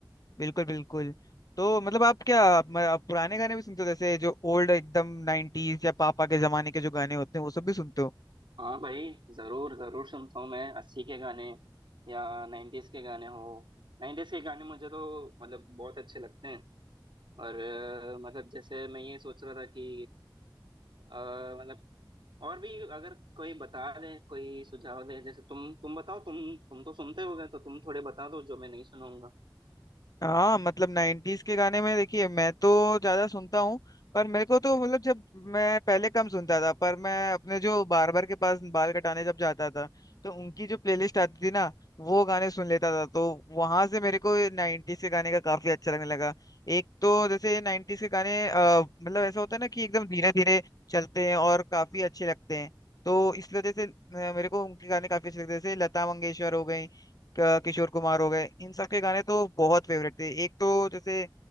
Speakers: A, on the left; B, on the right.
A: बिल्कुल बिल्कुल तो मतलब आप क्या आप, मैं- आप पुराने गाने भी सुनते हो जैसे जो ओल्ड एकदम नाइनटीज या पापा के जमाने के जो गाने होते हैं वो सब भी सुनते हो
B: हाँ भाई जरूर जरूर सुनता हूँ मैं अस्सी के गाने या नाइन्टीज के गाने हो नाइन्टीज के गाने मुझे तो मतलब बहुत अच्छे लगते हैं और अ, मतलब जैसे मैं ये सोच रहा था कि अ, मतलब और भी अगर कोई बता दे कोई सुझाव दे जैसे तुम तुम बताओ तुम तुम तो सुनते होगे तो तुम थोड़े बता दो जो मैं नहीं सुनाऊंगा
A: हाँ मतलब नाइन्टीज के गाने में देखिए मैं तो ज्यादा सुनता हूँ पर मेरे को तो मतलब जब मैं पहले कम सुनता था पर मैं अपने जो बार्बर के पास बाल कटाने जब जाता था तो उनकी जो प्लेलिस्ट आती थी ना वो गाने सुन लेता था तो वहां से मेरे को नाइन्टीज के गाने का काफी अच्छा लगने लगा एक तो जैसे नाइन्टीज के गाने अ, मतलब ऐसा होता है ना कि एकदम धीरे धीरे चलते हैं और काफी अच्छे लगते हैं तो इस वजह से अ, मेरे को उनके गाने काफी अच्छे लगते हैं जैसे लता मंगेशकर हो गई क- किशोर कुमार हो गए इन सब के गाने तो बहुत फेवरेट थे एक तो जैसे